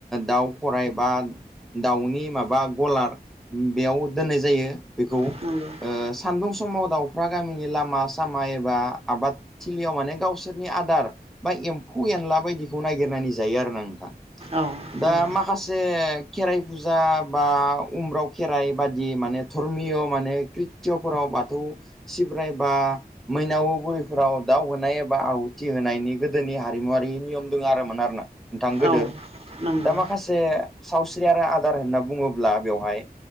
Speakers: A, in the centre; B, on the right.
A: दाउ फराय बा दाउनि माबा गलार बेयाव दोननाय जायो बेखौ
B: <unintelligible>
A: सान्दुं समाव दाउफ्रा गामिनि लामा सामा एबा आबाद थिलियाव माने गावसोरनि आदार बा एम्फौ एनला बायदिखौ नायगिरनानै जायो आरो ना नोंथां
B: औ
A: दा
B: नंगौ
A: मा माखासे खेराइ फुजा बा उम्राव खेराइ बादि माने धर्मिय माने खाथि'फोराव बाथौ सिब्राय बा मैनाव बुरिफोराव दाउ होनाय एबा आहुथि होनायनि गोदोनि हारिमुवारि नियम दङ आरोमोन आरोना नोंथां गोदो
B: औ नंगौ
A: दा माखासे मोनसे सावस्रि आरो आदार होनना बुङोब्ला बेवहाय